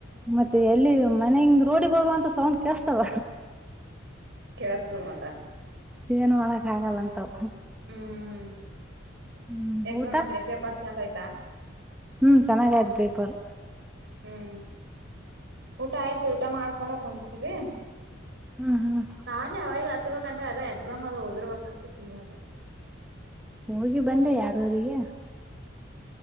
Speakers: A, in the centre; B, on the right.
A: ಮತ್ತೆ ಎಲ್ಲಿ ಮನೆ ಹಿಂಗ ರೋಡಿಗೆ ಹೋಗುವಂತ ಸೌಂಡ್ ಕೇಳ
B: ಕೇಳಸ್ತದ ಮತ್ತ
A: ಏನ್ ಮಾಡಕ್ ಆಗಲ್ಲಂತವ
B: ಹ್ಮ್
A: ಹ್ಮ್
B: ಎಕ್ಸಾಮ್ಸ್
A: ಊಟ
B: ಪೇಪರ್ ಚೆಂದ ಹೋಯ್ತಾ
A: ಹ್ಮ್ ಚೆನ್ನಾಗ ಆಯ್ತ ಪೇಪರ್
B: ಹ್ಮ್ ಊಟ ಆಯ್ತು ಊಟ ಮಾಡ್ಕೊಂಡ ಕುಂತಿದ್ದಿವಿ
A: ಹ್ಮ್ ಹ್ಮ್
B: ನಾನೇ ಅವಾಗ ಹಚ್ಬೇಕಂದೆ ಅದೇ ಎಕ್ಸಾಮ್ ಅದ ಹೋಗಿರ್ಬೇಕಂತ ಸುಮ್ಮ್ನೆ ಅದ
A: ಹೋಗಿ ಬಂದೆ ಎರಡುವರಿಗೆ